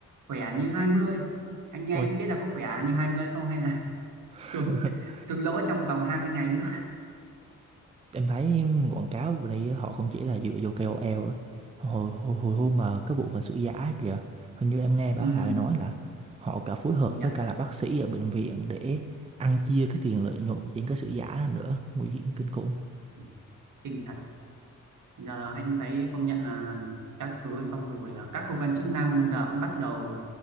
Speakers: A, on the right (about 70°); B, on the right (about 20°).
A: khỏe như hai mươi anh như
B: Ôi
A: anh không biết là có khỏe như 20 không hay là <laughs>
B: <laughs>
A: xuống xuống lỗ trong vòng 20 ngày nữa
B: em thấy quảng cáo bên đây họ không chỉ là dựa vô KOL ấy. hồi hồi hồi hôm mà cái vụ mà sữa giả kìa hình như em nghe báo
A: ừ,
B: đài nói là họ cả phối hợp
A: công nhận
B: với cả là bác sĩ ở bệnh viện để ăn chia cái tiền lợi nhuận trên cái sữa giả đó nữa nguy hiểm kinh khủng
A: Ừ, kinh thật giờ anh thấy công nhận là các thứ xong rồi à, các cơ quan chức năng giờ cũng bắt đầu